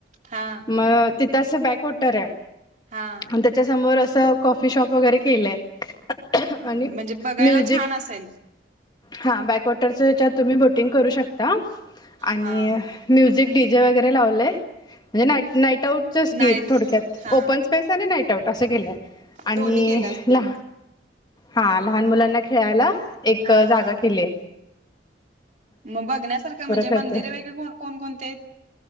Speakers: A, on the right (about 45°); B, on the left (about 25°).
A: हा.
B: मग तिथं असं बॅक वॉटर हाय.
A: हां.
B: त्याच्यासमोर असं कॉफी शॉप वगैरे केलंय.
A: हा
B: आणि
A: म्हणजे बघायला
B: म्युझिक
A: छान असेल.
B: हा बॅकवॉटरच्या हेच्यात तुम्ही बोटिंग करू शकता आणि
A: हा हा
B: म्युझिक डी जे वगैरे लावलेय म्हणजे नाईट नाईट आऊट चस
A: नाहीत
B: की थोडक्यात
A: हा
B: ओपन स्पेस आणि नाईट आउट असं केलंय आणि
A: दोन्ही केल्या असतील.
B: ला हा लहान मुलांना खेळायला एक
A: हा
B: जागा
A: हा
B: केलीय.
A: मग बघण्यासारखं म्हणजे
B: खेळते
A: मंदिर वगैरे को कोण कोणती येत?